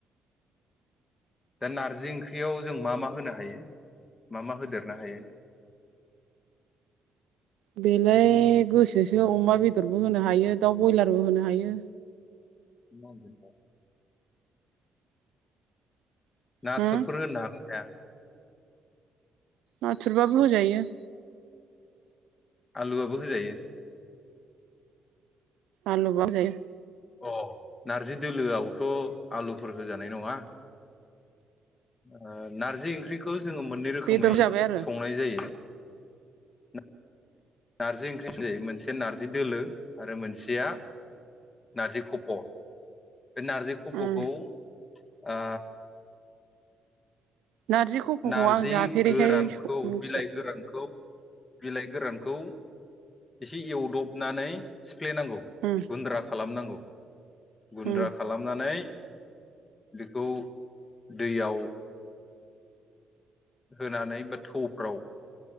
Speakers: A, on the left (about 25°); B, on the right (about 85°).
A: दा नारजि ओंख्रियाव जों मा मा होनो हायो? मा मा होदेरनो हायो?
B: बेलाय गोसोसो अमा बेदरबो होनो हायो दाउ ब्रयलारबो होनो हायो
A: <unintelligible> नाथुरफोर
B: हो
A: होनो हागोन हाया?
B: नाथुरबाबो होजायो
A: आलुआबो होजायो
B: आलुबाबो होजायो
A: अ नारजि दोलोआवथ आलुफोर होजानाय नङा ओ नारजि ओंख्रिखौ जोङो मोननै रोखोमै
B: बेदर जाबाय आरो
A: संनाय जायो <inaudible> नारजि ओंख्रि जायो मोनसे नारजि दोलो आरो मोनसेया नारजि खफ' बे नारजि खफ'खौ
B: उम
A: आ
B: नारजि खफ'खौ
A: नारजि
B: आं जाफेरैखाय
A: गोरानखौ
B: मिथिया
A: बिलाइ गोरानखौ बिलाइ गोरानखौ एसे एवदबनानै सिफ्लेनांगौ
B: उम
A: गुन्द्रा खालामनांगौ गुन्द्रा
B: उम
A: खालामनानै बेखौ दैयाव होनानै बा थौफ्राव